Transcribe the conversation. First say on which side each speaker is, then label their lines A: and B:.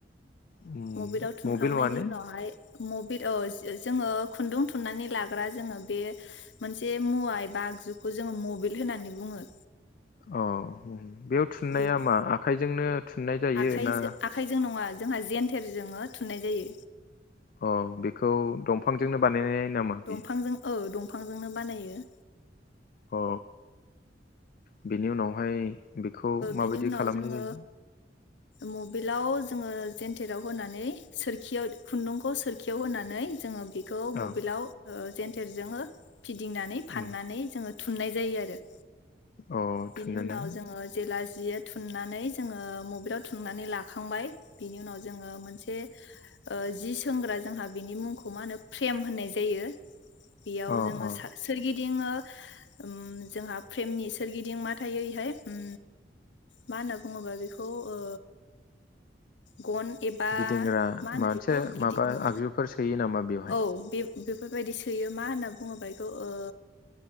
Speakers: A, on the left (about 50°); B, on the left (about 75°).
A: उम
B: मबिलाव थुनखांनायनि
A: मबिल माने
B: उनावहाय मबिल <unintelligible> जोङो। खुन्दुं थुननानै लाग्रा जोङो बे मोनसे मुवा एबा आगजुखौ जोङो मबिल होननानै बुङो
A: अ उम बेयाव थुननाया
B: बेखौ
A: मा आखाइजोंनो थुननाय जायो
B: आखाइजों
A: ना
B: आखाइजों नङा जोंहा जेेनथेर जोङो थुननाय जायो
A: अ बेखौ दंफांजोंनो बानायनाय नामा बियो
B: दंफांजों ओ दंफां फांजोंनो बानायो
A: औ बेनि उनावहाय बेखौ माबायदि
B: बिनि उनाव
A: खालामनाय
B: जोङो
A: जायो
B: मबिलाव जोङो जेेनथेराव होनानै सोरखियाव खुन्दुंखौ सोरखियाव होनानै जोङो खौ मबिलाव
A: औ
B: ओ जेनथेरजों फिदिंनानै फाननानै
A: उम
B: जोङो थुननाय जायो आरो
A: अ
B: बिनि
A: थोनोना
B: उनाव जोङो जेला जिआ थुननानै जोङो मबिलाव थुननानै लाखांबाय बिनि उनाव जोङो मोनसे जि सोंग्रा जोंहा बिनि मुंखौ मा होनो फ्रेम होननाय जायो। बेयाव
A: अ
B: जोङो
A: अ
B: सा सोरगि दिं ओ उम जोंहा फ्रेमनि सोरगिदिं मा थायो इहाय उम मा होनना बुङोबा बेखौ ओ गन एबा
A: गिदिंग्रा
B: मा होनो
A: मोनसे
B: बेखौ गिदि
A: माबा
B: उम
A: आगजुफोर सोयो नामा बेवहाय?
B: औ बे बेफोरबायदि सोयो मा होनना बुङोबा एखौ ओ